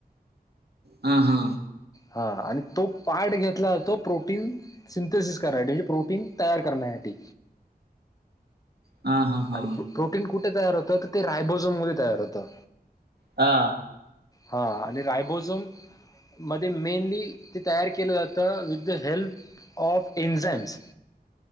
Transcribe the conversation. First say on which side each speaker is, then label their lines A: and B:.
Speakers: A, on the right; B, on the left.
A: हा हा.
B: हा आणि तो पाठ घेतला तो प्रोटीन सिंथेसिस करण्या म्हणजे प्रोटीन तयार करण्या. न्यासाठी.
A: हा हा हा
B: आणि प्रोटीन कुठे तयार होतं तर ते रायबोजोम मध्ये तयार होतं.
A: हा.
B: हा आणि रायबोजून. मध्ये मेनली ते तयार केलं जातं with the help of enzymes.